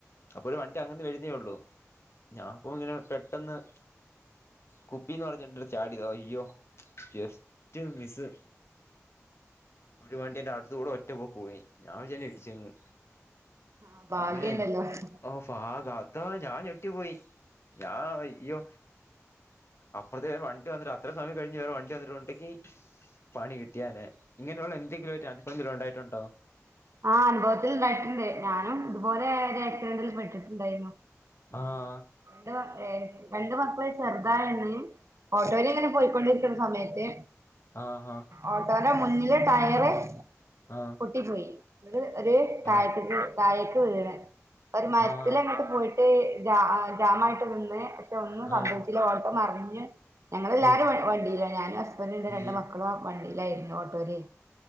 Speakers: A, on the left; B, on the right.
A: അപ്പോഴും വണ്ടി അങ്ങന്ന് വരുന്നേ ഉള്ളൂ ഞാപ്പൊ ഇങ്ങനെ പെട്ടന്ന് കുപ്പീന്ന് പറഞ്ഞിട്ടുണ്ട് ചാടിതാ അയ്യോ ജസ്റ്റ് മിസ്സ് ഒരു വണ്ടിന്റെ അടുത്തൂടെ ഒറ്റ പോക്ക് പോയ് ഞാൻ വിചാരിച്ചിടിച്ചെന്ന്
B: ആ ഭാഗ്യണ്ടല്ലോ
A: അങ്ങനെ ഓ ഫാ കാ ത്താ ഞാൻ ഞെട്ടി പോയ് ഞാൻ അയ്യോ അപ്പൊ ദേ വണ്ടി വന്നിട്ട് അത്ര സമയം കഴിഞ്ഞ് വേറെ വണ്ടി വന്ന് റോട്ട്ക്കി പണി കിട്ടിയാനനെ ഇങ്ങനെഒള്ള എന്തെങ്കിലും ഒര് അൻഭവെങ്കിലും ഒണ്ടായിട്ടൊണ്ടോ?
B: ആ അനുഭവത്തില്ണ്ടായിട്ടുണ്ട് ഞാനും ഇതുപോലെ ഒരാക്സിഡൻ്റിൽ പെട്ടിട്ടുണ്ടായിരുന്നു ഉം
A: ആഹ്
B: ന്തോ ഏ രണ്ട് മക്കള് ചെർതാണന്ന് ഓട്ടോയിലിങ്ങനെ പൊയ്ക്കൊണ്ടിരിക്ക്ണസമയത്ത്
A: ആ ഹാ
B: ഓട്ടോൻ്റെ മുന്നിലെ ടയറ്
A: ആഹ്
B: പൊട്ടിപ്പോയി ന്ന്ട്ട് ഒര് താഴ്ത്ത്ക്ക്
A: ആഹ്
B: താഴേക്ക് വീണ്. ഒര് മര്ത്തിലങ്ങ്ട്ട്
A: ആഹ്
B: പോയിട്ട് ജാ ആ ജാമായിട്ട് നിന്ന്, പക്ഷെ ഒന്നും
A: ആഹ്
B: സംഭവിച്ചില്ല, ഓട്ടോ മറിഞ്ഞ് ഞങ്ങളെല്ലാരും
A: ഓ
B: വ് വണ്ടിലാ ഞാനും അസ്ബന്റും ൻ്റെ
A: അയ്യോ
B: രണ്ട് മക്കളും ആ വണ്ടീലായിരുന്നു ഓട്ടോയിലെ